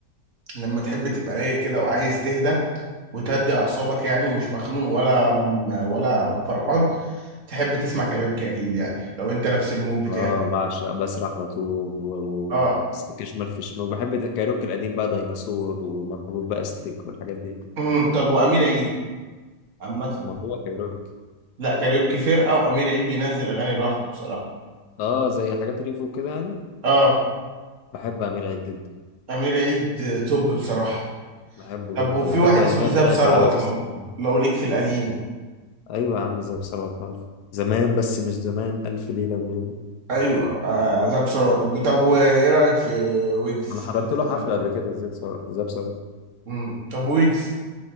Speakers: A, on the right; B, on the left.
A: لما تحب تبقى رايق كده وعايز تهدى وتهدي أعصابك يعني مش مخنوق ولا ولا فرحان تحب تسمع كاريوكي أكيد يعني لو أنت نفس المود بتاعي
B: اه بعشق بسرح واتوه و... و...
A: اه
B: سلك شمال في شمال وبحب الكايروكي القديم بقى ديناصور ومربوط بقى ستيك والحاجات دي
A: امم طب وامير عيد عامه
B: موضوع كايروكي
A: لا كاريوكي فرقه وامير عيد بينزل اغاني لوحده بصراحه
B: اه زي حاجات ريفو كده يعني
A: اه
B: بحب امير عيد جدا
A: امير عيد آه، توب بصراحه
B: بحبه
A: طب
B: جدا
A: وفي
B: بحب
A: واحد
B: الاغنيه
A: اسمه
B: بتاعت
A: زاب ثروت
B: على باب السجن
A: لو لو ليك في القديم
B: ايوه يا عم زي ثروت عارف زمان بس مش زمان الف ليله وليله
A: ايوه آه زاب ثروت طب وايه رايك في ويجز
B: انا حضرت
A: ويجز
B: له حفله
A: ده.
B: قبل كده زي ثروت
A: امم طب ويجز